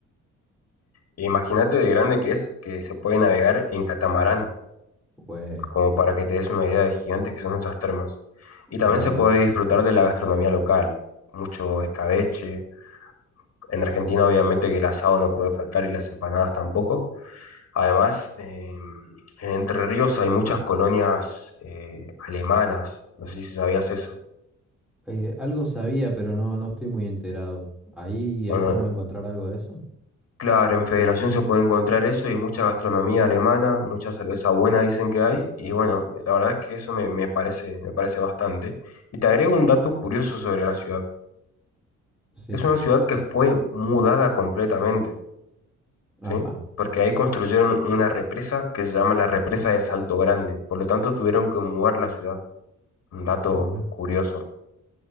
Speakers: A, on the left (about 55°); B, in the centre.
A: Imagínate de grande que es, que se puede navegar en catamarán,
B: Güey,
A: como para que te des una idea de gigantes que son esas termas. Y
B: muy
A: también
B: bueno.
A: se puede disfrutar de la gastronomía local, mucho escabeche. En Argentina obviamente que el asado no puede faltar y las empanadas tampoco. Además, eh, en Entre Ríos hay muchas colonias eh, alemanas, no sé si sabías eso.
B: Eh, algo sabía, pero no, no estoy muy enterado. Ahí,
A: Bueno,
B: ahí podemos encontrar algo de eso.
A: Claro, en Federación se puede encontrar eso y mucha gastronomía alemana, mucha cerveza buena dicen que hay, y bueno, la verdad es que eso me, me parece, me parece bastante. Y te agrego un dato curioso sobre la ciudad.
B: Sí,
A: Es una ciudad que fue mudada completamente,
B: apa,
A: ¿sí? Porque ahí construyeron una represa que se llama la represa de Salto Grande, por lo tanto tuvieron que mudar la ciudad. Un dato
B: mira.
A: curioso,